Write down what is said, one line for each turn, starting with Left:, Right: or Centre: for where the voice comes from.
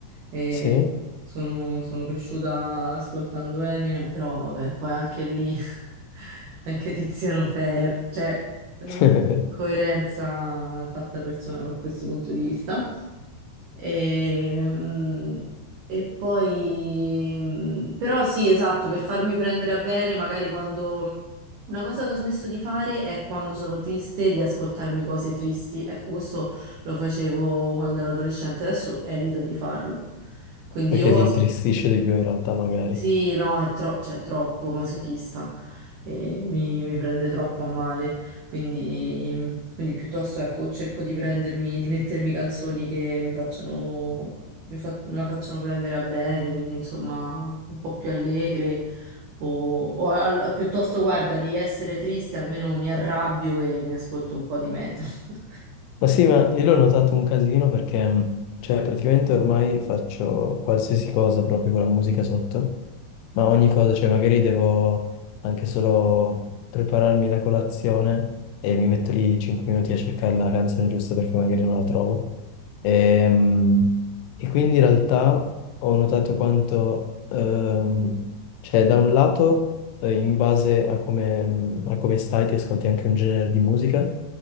Right: e
Left: sì. <laughs>
Right: sono, sono cresciuta ascoltando Eminem, però vabbè, poi anche lì <laughs> Anche Tiziano Ferro, cioè, eh,
Left: Perché
Right: coerenza fatta persona da questo punto di vista. E, mm, e poi, mm, però sì, esatto, per farmi prendere a bene, magari quando... Una cosa che ho smesso di fare è quando sono triste di ascoltarmi cose tristi. Ecco, questo lo facevo quando ero adolescente, adesso evito di farlo. Quindi
Left: ti
Right: o ascolto
Left: intristisce di più in realtà magari.
Right: sì, no, è, tro- cioè, è troppo masochista e mi, mi prende troppo a male. Quindi, mm, quindi piuttosto ecco, cerco di prendermi, di mettermi canzoni che mi facciano, mi fa- me la facciano prendere a bene, quindi insomma un po' più allegre. O, o al- piuttosto, guarda, di essere triste, almeno mi arrabbio e mi ascolto un po' di metal. <laughs>
Left: Ma sì, ma io l'ho notato un casino perché, mh, cioè, praticamente ormai faccio qualsiasi cosa proprio con la musica sotto, ma ogni cosa, cioè, magari devo anche solo prepararmi la colazione e mi metto lì 5 minuti a cercare la canzone giusta perché magari non la trovo. E, mh, e quindi in realtà ho notato quanto, ehm, cioè, da un lato eh, in base a come, a come stai ti ascolti anche un genere di musica,